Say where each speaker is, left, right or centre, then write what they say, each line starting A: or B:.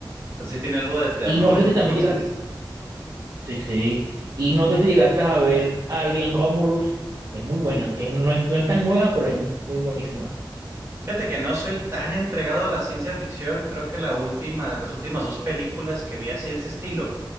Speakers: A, on the right; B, on the right.
A: O sea, sí tiene algo de terror
B: Y no sé
A: entonces.
B: si también llegaste, Sí. sí, sí, y no sé si llegaste a ver Alien Romulus, es muy buena, es, no es, no es tan nueva, pero es mu- muy buenísima.
A: Fíjate que no soy tan entregado a la ciencia ficción. Creo que la última, las últimas dos películas que vi así de ese estilo